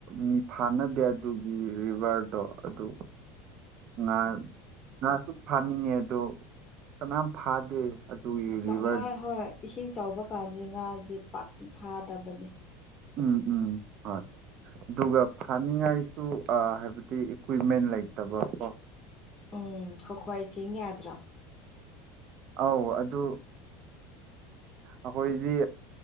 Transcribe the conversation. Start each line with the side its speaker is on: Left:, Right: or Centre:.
Right: ꯃꯤ ꯐꯥꯅꯗꯦ ꯑꯗꯨꯒꯤ ꯔꯤꯚꯔꯗꯣ ꯑꯗꯨ ꯉꯥ ꯉꯥꯁꯨ ꯐꯥꯅꯤꯡꯉꯦ ꯑꯗꯣ ꯀꯅꯥꯝ ꯐꯥꯗꯦ ꯑꯗꯨꯒꯤ ꯔꯤꯚꯔ
Left: ꯃꯥ ꯃꯥꯍꯣꯏ ꯏꯁꯤꯡ ꯆꯥꯎꯕ ꯀꯥꯟꯗꯤ ꯉꯥꯖꯦ ꯄꯥꯛꯇꯤ ꯐꯥꯗꯕꯅꯦ
Right: ꯎꯝ ꯎꯝ ꯍꯣꯢ ꯑꯗꯨꯒ ꯐꯥꯅꯤꯡꯉꯥꯏꯁꯨ ꯍꯥꯏꯕꯗꯤ ꯏꯀ꯭ꯋꯤꯞꯃꯦꯟ ꯂꯩꯇꯕ ꯀꯣ
Left: ꯎꯝ ꯈꯣ ꯈꯣꯏ ꯆꯤꯡ ꯌꯥꯗ꯭ꯔꯣ
Right: ꯑꯥꯎ ꯑꯗꯨ ꯑꯩꯈꯣꯏꯗꯤ